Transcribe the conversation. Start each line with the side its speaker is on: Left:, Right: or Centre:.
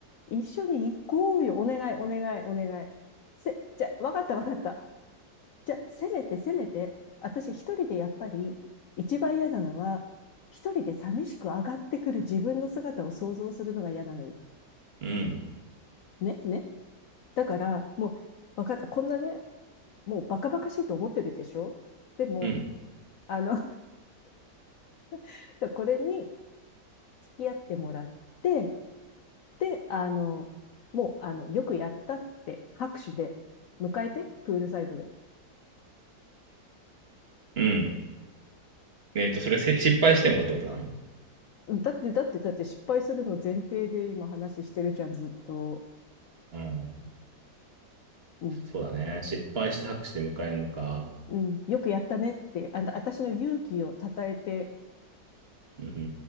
Left: 一緒に行こうよ。お願い、お願い、お願い。せ、じゃあ、わかった、わかった。じゃあ、せめてせめて、私一人でやっぱり、一番嫌なのは、一人で寂しく上がってくる自分の姿を想像するのが嫌なのよ。
Right: うん、
Left: ね、ね。だから、もう、わかった。こんなね、もうバカバカしいと思ってるでしょでも、
Right: うん、
Left: あの、<laughs> これに付き合ってもらって、で、あの、もう、あの、よくやったって拍手で迎えて、プールサイドで。
Right: うん。えっと、それせ失敗してもってことなの
Left: うんだって、だって、だって失敗するの前提で今話してるじゃん、ずっと。
Right: うん。
Left: うん
Right: そうだね。失敗して拍手で迎えるのか。
Left: うん、よくやったねって、あの、私の勇気を称えて
Right: うん。